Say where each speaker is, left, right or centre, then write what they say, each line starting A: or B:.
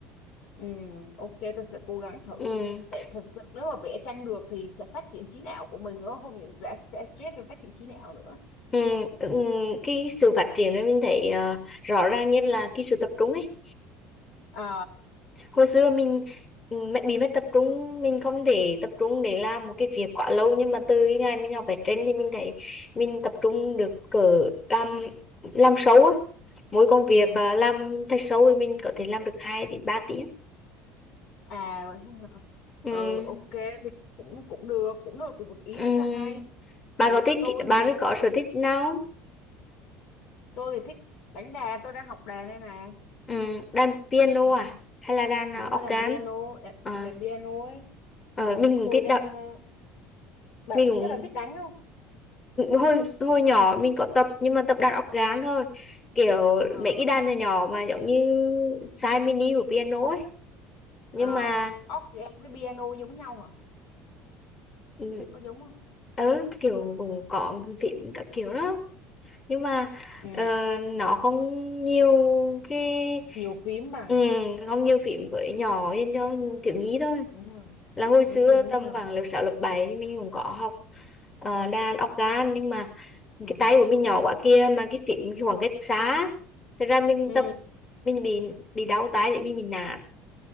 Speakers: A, on the left (about 70°); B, on the left (about 25°).
A: ừ ok tôi sẽ cố gắng thử
B: Ừm,
A: tại thật sự nếu mà vẽ tranh được thì sẽ phát triển trí não của mình nữa không những sẽ sẽ stress rồi phát triển trí não nữa
B: ừm, ừm, cái sự phát triển này mình thấy ờ, rõ ràng nhất là cái sự tập trung ấy
A: ờ
B: hồi xưa mình ừ, mất- bị mất tập trung mình không thể tập trung để làm một cái việc quá lâu nhưng mà từ cái ngày mình học vẽ tranh thì mình thấy mình tập trung được cỡ làm làm sâu á mỗi công việc
A: ừ
B: à, làm thật sâu thì mình có thể làm được hai đến ba tiếng
A: à <laughs>
B: ừ.
A: ừ, ok thì cũng cũng được cũng là cũng một ý
B: Ừ.
A: rất là hay ừ,
B: bạn có thích
A: tôi
B: bạn
A: thì
B: có có sở thích nào không?
A: tôi thì thích đánh đàn tôi đang học đàn đây này
B: ừ. đàn piano
A: ừ,
B: à hay là đàn
A: đúng
B: à,
A: rồi
B: organ
A: đàn piano đàn,
B: à,
A: đàn piano ấy
B: ờ,
A: ừ,
B: mình cũng
A: tôi
B: thích
A: đang
B: đọc
A: ờ, bạn
B: mình cũng
A: thế bạn biết đánh không
B: hồi hồi nhỏ mình có tập nhưng mà tập đàn óc gán thôi kiểu
A: Ờ
B: mấy cái đàn nhỏ nhỏ mà giống như size mini của piano ấy nhưng
A: Ờ,
B: mà
A: organ với piano giống nhau hả?
B: ừ,
A: Có giống không?
B: ừ kiểu cũng có phím các kiểu đó nhưng mà
A: ừ.
B: ờ, nó không nhiều cái
A: nhiều phím bằng
B: ừ, không nhiều phím với nhỏ nên cho thiếu nhi thôi
A: đúng rồi
B: là hồi
A: đúng
B: xưa
A: rồi đúng
B: tầm
A: rồi
B: khoảng lớp 6, lớp 7 thì mình cũng có học ờ, đàn organ nhưng mà
A: ừ
B: cái tay của mình nhỏ quá kia mà cái phím cái khoảng cách xa thật ra mình
A: Ừ,
B: tập mình bị bị đau tay bởi vì mình nản